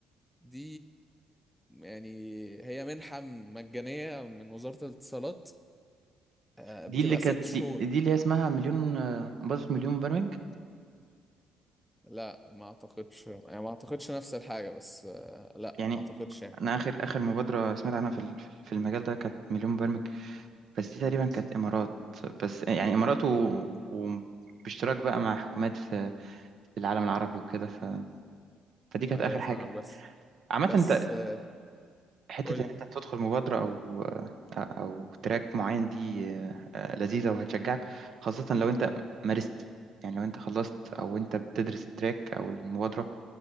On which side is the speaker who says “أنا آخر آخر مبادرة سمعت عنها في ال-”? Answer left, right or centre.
Right